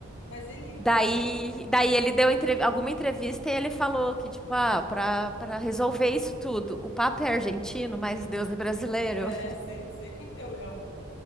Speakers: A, on the left; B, in the centre.
A: Mas ele
B: Daí,
A: é,
B: daí ele deu entrev- alguma entrevista e ele falou que, tipo, ah, para para resolver isso tudo, o Papa é argentino, mas Deus é brasileiro.
A: <laughs> é, sim, sim, <laughs> eu lembro.